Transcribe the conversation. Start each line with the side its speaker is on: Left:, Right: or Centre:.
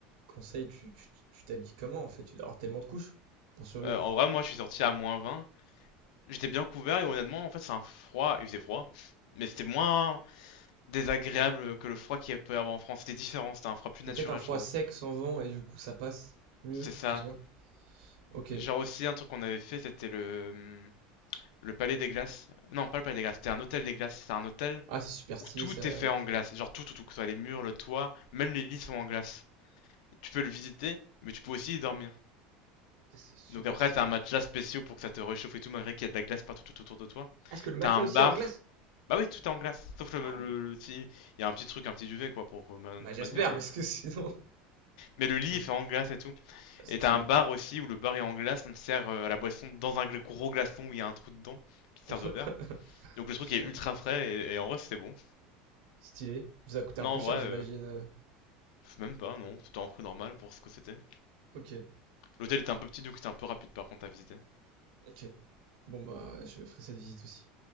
Right: conseils, tu tu- tu- tu t'habilles comment en fait? Tu dois avoir tellement de couches pour survivre.
Left: Euh, en vrai, moi je suis sorti à moins vingt j'étais bien couvert et honnêtement, en fait c'est un froid, il faisait froid, mais c'était moins désagréable que le froid qu'il peut y avoir en France, c'était différent, c'était un froid plus
Right: C'est
Left: naturel
Right: peut-être un froid
Left: je trouve.
Right: sec sans vent et du coup ça passe mieux,
Left: C'est ça.
Right: je sais pas. Ok.
Left: Genre aussi un truc qu'on avait fait c'était le. Le palais des glaces. Non, pas le palais des glaces, c'était un hôtel des glaces. C'est un hôtel
Right: Ah, c'est super stylé
Left: où tout
Right: ça.
Left: est fait en glace. Genre tout, tout, tout, que ce soit les murs, le toit, même les lits sont en glace. Tu peux le visiter, mais tu peux aussi y dormir.
Right: Ça, c'est super
Left: Donc après,
Right: stylé.
Left: t'as un matelas spécial pour que ça te réchauffe et tout, malgré qu'il y a de la glace partout tout autour de toi.
Right: Est-ce que le matelas
Left: T'as un bar.
Right: aussi est en glace?
Left: Bah oui, tout est en glace, sauf le,
Right: Ah,
Left: le,
Right: m-
Left: le petit... Il y a un petit truc, un petit duvet, quoi, pour de
Right: bah
Left: toute
Right: j'espère
Left: manière, mais...
Right: parce que sinon.
Left: Mais le lit,
Right: <laughs> Merde.
Left: il fait en glace et tout.
Right: Ah, Stylé.
Left: Et t'as un bar aussi, où le bar est en glace, on te sert euh, à la boisson dans un gros glaçon où il y a un trou dedans, qui te sert
Right: <laughs>
Left: de verre. Donc le
Right: Putain,
Left: truc est ultra frais, et, et en vrai, c'était bon.
Right: stylé. Ça a coûté
Left: Non,
Right: un peu
Left: en
Right: cher,
Left: vrai,
Right: j'imagine.
Left: euh,
Right: euh.
Left: même pas, non, c'était un prix normal pour ce que c'était.
Right: Ok,
Left: L'hôtel était un peu petit donc c'était un peu rapide par contre à visiter.
Right: ok. Bon bah je ferai cette visite aussi.